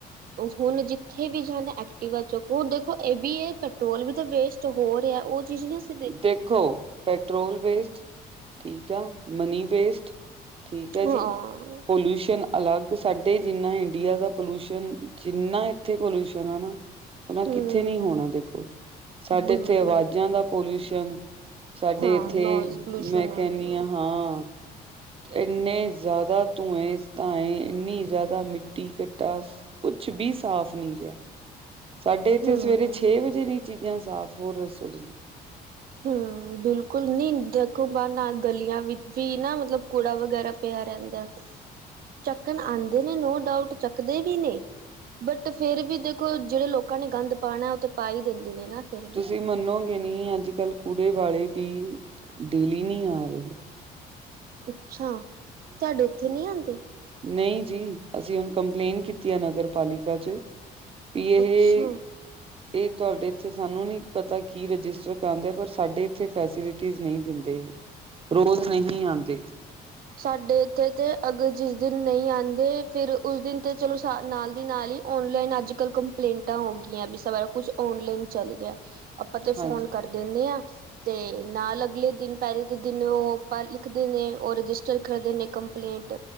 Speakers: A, on the right (about 60°); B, on the right (about 35°).
A: ਹੁਣ ਜਿੱਥੇ ਵੀ ਜਾਣਾ ਐਕਟਿਵਾ ਚੋਂਕ ਹੁਣ ਦੇਖੋ ਏ ਵੀ ਏ ਪੈਟਰੋਲ ਵੀ ਤੇ ਵੇਸਟ ਹੋ ਰੇਆ ਓ ਚੀਜ਼ ਨਾ ਅਸ
B: ਦੇਖੋ ਪੈਟਰੋਲ ਵੇਸਟ ਠੀਕ ਆ, ਮਨੀ ਵੇਸਟ ਠੀਕ ਐ
A: ਹਾਂ।
B: ਜੀ। ਪੋਲਿਊਸ਼ਨ ਅਲੱਗ ਸਾਡੇ ਜਿੰਨਾ ਇੰਡੀਆ ਦਾ ਪੋਲਿਊਸ਼ਨ ਜਿੰਨਾ ਇੱਥੇ ਪੋਲਿਊਸ਼ਨ ਆ ਨਾ
A: <unintelligible>
B: ਓਨਾਂ
A: ਹੂੰ।
B: ਕਿੱਥੇ ਨੀ ਹੋਣਾ ਦੇਖੋ ਸਾਡੇ
A: ਬਿਲਕੁਲ
B: ਐਥੇ ਆਵਾਜ਼ਾਂ ਦਾ ਪੋਲਿਊਸ਼ਨ ਸਾਡੇ
A: ਹਾਂ
B: ਐਥੇ
A: ਨੋਇਜ਼ ਪੋਲਿਊਸ਼ਨ
B: ਮੈਂ ਕਹਿੰਣੀ
A: ਗਿਆ
B: ਆ ਹਾਂ ਏਂਨੇ ਜ਼ਿਆਦਾ ਧੂੰਏ-ਧਾਂਏ ਇੰਨੀ ਜ਼ਿਆਦਾ ਮਿੱਟੀ-ਕੱਟਾ ਕੁਛ ਬੀ ਸਾਫ਼ ਨਈ ਰੇਆ। ਸਾਡੇ ਏਥੇ
A: ਹੂੰ
B: ਸਵੇਰੇ ਛੇ ਵਜੇ ਨੀ ਚੀਜ਼ਾਂ ਸਾਫ਼ ਹੋਰ ਦੱਸੋ ਤੁਸੀਂ
A: ਹੂੰ। ਬਿਲਕੁਲ ਨੀ ਦੇਖੋ ਬਾਹਰ ਨਾ ਗਲੀਆਂ ਵਿੱਚ ਵੀ ਨਾ ਮਤਲਬ ਕੂੜਾ ਵਗੈਰਾ ਪਿਆ ਰਹਿੰਦਾ। ਚੱਕਣ ਆਂਦੇ ਨੇ ਨੋ ਡਾਊਟ ਚੱਕਦੇ ਵੀ ਨੇ ਬਟ ਫੇਰ ਵੀ ਦੇਖੋ ਜੇੜੇ ਲੋਕਾਂ ਨੇ ਗੰਦ ਪਾਣਾ ਓ ਤੇ ਪਾ ਈ ਦਿੰਦੇ ਨੇ ਨਾ। ਫਿਰ ਵੀ
B: ਤੁਸੀਂ ਮੰਨੋਗੇ ਨੀ ਅੱਜ-ਕੱਲ ਕੂੜੇ ਵਾਲੇ ਵੀ ਡੇਲੀ ਨੀ ਆਰੇ।
A: ਅੱਛਾ ਤੁਆਡੇ ਓਥੇ ਨੀ ਆਂਦੇ।
B: ਨਈ ਜੀ ਅਸੀਂ ਹੁਣ ਕੰਪਲੇਂਨ ਕੀਤੀ ਆ ਨਗਰ ਪਾਲਿਕਾ ਚ ਯੇਹੇ
A: ਅੱਛਾ
B: ਏ ਤੁਹਾਡੇ ਇਥੇ ਸਾਨੂੰ ਨੀ ਪਤਾ ਕੀ ਰਜਿਸਟਰ ਕਰਾਦੇ ਪਰ ਸਾਡੇ ਇਥੇ ਫੈਸਿਲਿਟੀਜ ਨਈ ਦਿੰਦੇ। ਰੋਜ਼ ਨਹੀਂ ਆਂਦੇ।
A: <inaudible> ਸਾਡੇ ਇੱਥੇ ਤਾਂ ਅਗਰ ਜਿਸ ਦਿਨ ਨਈ ਆਂਦੇ ਫਿਰ ਉਸ ਦਿਨ ਤੇ ਚਲੋ ਸਾ ਨਾਲ ਦੀ ਨਾਲ ਈ ਔਨਲਾਈਨ ਅੱਜ-ਕੱਲ ਕੰਪਲੇਂਟਾਂ ਹੋ ਗਈਆਂ ਵੀ ਸਾਰਾ ਕੁਛ ਔਨਲਾਈਨ ਚੱਲ ਗਿਆ। ਅਪਾਂ ਤੇ
B: ਹਾਂਜੀ
A: ਫੋਨ ਕਰ ਦਿਣੇ ਆ ਤੇ ਨਾਲ ਅਗਲੇ ਦਿਨ ਪੈ ਇਕ ਦਿਨ ਓ ਪਰ ਲਿਖਦੇ ਨੇ ਓ ਰਜਿਸਟਰ ਕਰਦੇ ਨੇ ਕੰਪਲੇਂਟ